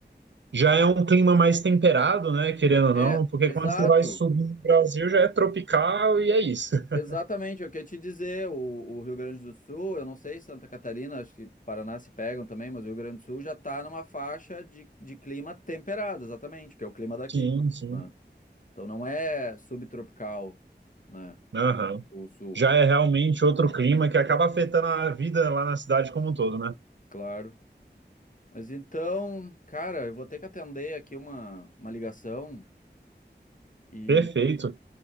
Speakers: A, on the right (about 85°); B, on the left (about 45°).
A: Já é um clima mais temperado, né? Querendo ou
B: É,
A: não, porque
B: exato,
A: quando você vai subir no Brasil já é tropical e é isso. <laughs>
B: exatamente, eu queria te dizer, o, o Rio Grande do Sul, eu não sei, Santa Catarina, acho que Paraná se pegam também, mas o Rio Grande do Sul já está numa faixa de, de clima temperado, exatamente, que é o clima daqui,
A: Sim, sim.
B: né? Então não é subtropical, né,
A: Aham.
B: o Sul,
A: Já é realmente outro clima que acaba afetando a vida lá na cidade como um todo, né?
B: claro. Mas então, cara, eu vou ter que atender aqui uma, uma ligação e
A: Perfeito.